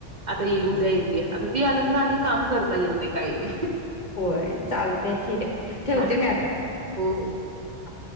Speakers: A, on the right (about 45°); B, on the left (about 45°).
A: आता येईल उद्या येते. रुदी आल्या नंतर आणि काम करता येत नाही काही.
B: होय चालतय ठीक हाय ठेवते
A: हा
B: मी आता.
A: हो हो
B: हा